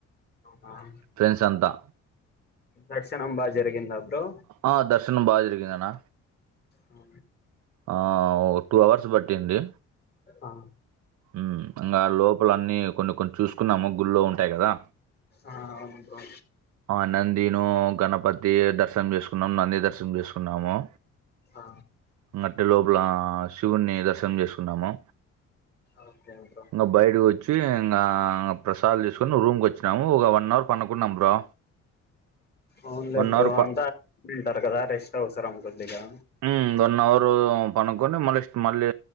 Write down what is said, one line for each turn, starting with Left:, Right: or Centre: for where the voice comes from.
Left: అవునా
Right: ఫ్రెండ్స్ అంతా
Left: దర్శనం బా జరిగిందా బ్రో
Right: ఆ దర్శనం బాగ జరిగిందనా
Left: ఆ
Right: ఆ ఓ టూ అవర్స్ బట్టింది
Left: ఆ
Right: మ్మ్ ఇంగా లోపల అన్ని కొన్ని కొన్ని చూసుకున్నాము గుళ్ళో ఉంటాయి గదా
Left: ఆ అవును బ్రో
Right: ఆ నందిను గణపతి దర్శనం చేసుకున్నాము నంది దర్శనం చేసుకున్నాము
Left: ఆ
Right: ఇంగట్లే లోపల శివుణ్ణి దర్శనం చేసుకున్నాము
Left: ఓకె బ్రో
Right: ఇంగ బయటకి వచ్చి ఇంగా ప్రసాదాలు తీసుకొని రూమ్ కి వచ్చినాము ఒగ వన్ అవర్ పనుకున్నాం బ్రో
Left: అవునులే
Right: వన్
Left: బ్రో
Right: అవర్ ప
Left: అంతా <inaudible> టారు కదా రెస్ట్ అవసరం కొద్దిగా
Right: ఉమ్మ్ వన్ అవరు పనుకొని మళ్ళ ఇస్ట్ మళ్ళీ